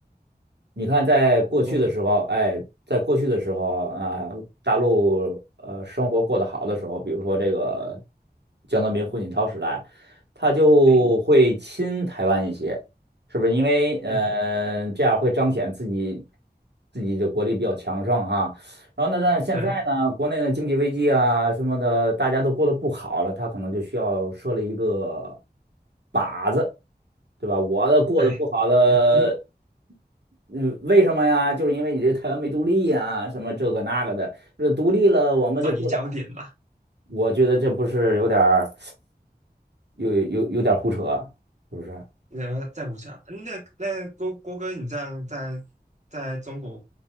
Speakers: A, on the right; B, on the right.
A: 你看，在过去的时候，
B: 多哥，
A: 哎，在过去的时候啊，大陆呃生活过得好的时候，比如说这个江泽民、胡锦涛时代，他就会亲台湾一些，
B: 哎，
A: 是不是？因为呃，
B: 嗯，
A: 这样会彰显自己自己的国力比较强盛哈。然后呢，但是现在呢，
B: 对，
A: 国内的经济危机啊什么的，大家都过得不好了，他可能就需要设立一个靶子。对吧？我的过得不好的，
B: 哎。呀，平
A: 嗯，为什么呀？就是因为你这个台湾没独立呀，什么这个那个的，这独立了我们就过了。
B: 转移焦点嘛，
A: 我觉得这不是有点儿，有有有点儿胡扯，是不是？
B: 呃，在武侠，嗯那那郭郭哥，你这样在在中国